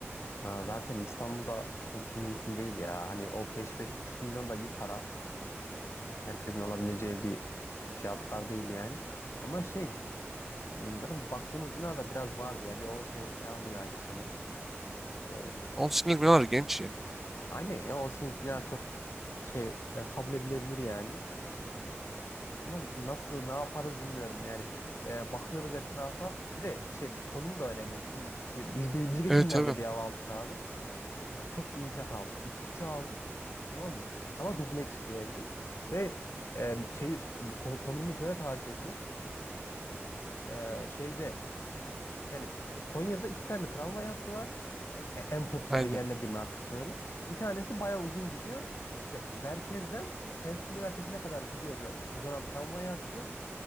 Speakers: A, on the left (about 70°); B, in the centre.
A: Ha, zaten İstanbul'da pek mümkün değil ya. Hani o beş beş buçuk milyon da iyi para. Hmm, Herkesin alabileceği bir fiyatlar değil yani. Ama şey hmm, zaten bu baktığımız bina da biraz vardı ya. Bir 10 senelik falan binaydı sanırım. Ee,
B: 10 senelik binalar genç ya.
A: aynen ya 10 senelik bina çok şey e, kabul edilebilir yani. Ama nasıl ne yaparız bilmiyorum yani. Ee, bakıyoruz etrafa. Bir de şey konum da önemli. Şimdi biz, biz, biz geçenlerde
B: Evet tabii.
A: bir ev aldık abi. çok iyi fiyat aldık. 3.5'a aldık. Tamam mı? Ama dubleks bir evdi. Ve e, şey kon- konumunu şöyle tarif edeyim. E, şeyde yani Konya'da iki tane tramvay hattı var. En, e, en popüler
B: Aynen.
A: yerler diyeyim artık böyle. Bir tanesi bayağı uzun gidiyor. İşte merkezden Selçuk Üniversitesi'ne kadar gidiyor böyle uzanan tramvay hattı